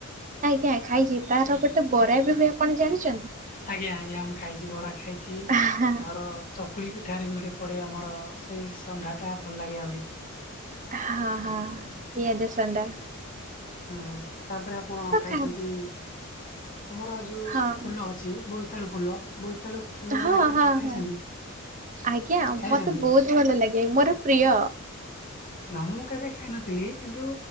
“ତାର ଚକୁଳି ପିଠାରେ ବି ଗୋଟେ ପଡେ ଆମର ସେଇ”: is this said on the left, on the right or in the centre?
Left